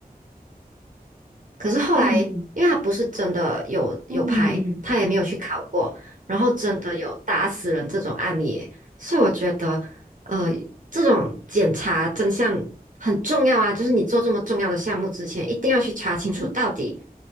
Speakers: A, on the right; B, on the right.
A: 可是后来，
B: 嗯
A: 因为他不是真的有有牌，
B: 嗯。
A: 他也没有去考过，然后真的有打死人这种案例耶所以我觉得，呃，这种检查真相很重要啊，就是你做这么重要的项目之前，一定要去查清楚到底
B: 嗯